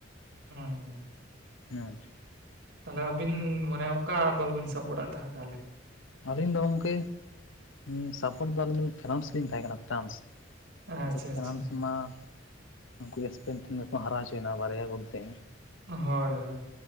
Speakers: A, on the right; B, on the left.
A: ᱦᱮᱸ ᱦᱮᱸ᱾
B: <unintelligible>
A: ᱛᱟᱦᱚᱞᱮ ᱟᱵᱤᱱ ᱢᱟᱱᱮ ᱚᱠᱟ ᱫᱚᱞ ᱵᱤᱱ ᱥᱟᱯᱳᱴ ᱛᱟᱦᱮᱸᱜᱼᱟ ᱛᱟᱦᱚᱞᱮ?
B: ᱟᱹᱞᱤᱧ ᱫᱚ ᱜᱚᱝᱠᱮ ᱩᱸ ᱥᱟᱯᱚᱴ ᱫᱚ ᱟᱞᱤᱧ ᱯᱷᱮᱨᱟᱥ ᱞᱤᱧ ᱛᱟᱦᱮᱸ ᱠᱟᱱᱟ ᱯᱷᱮᱨᱟᱱᱥ
A: ᱟᱪᱪᱷᱟ
B: ᱛᱚ ᱯᱷᱮᱨᱟᱱᱥ
A: ᱟᱪᱪᱷᱟ
B: ᱢᱟ ᱩᱱᱠᱩ ᱜᱮ ᱥᱮᱯᱮᱱ ᱴᱷᱮᱱ ᱜᱮᱠᱚ ᱦᱟᱨᱟᱣ ᱚᱪᱚᱭᱮᱱᱟ ᱵᱟᱨᱭᱟ ᱜᱚᱞᱛᱮ᱾
A: ᱦᱳᱭ ᱦᱳᱭ,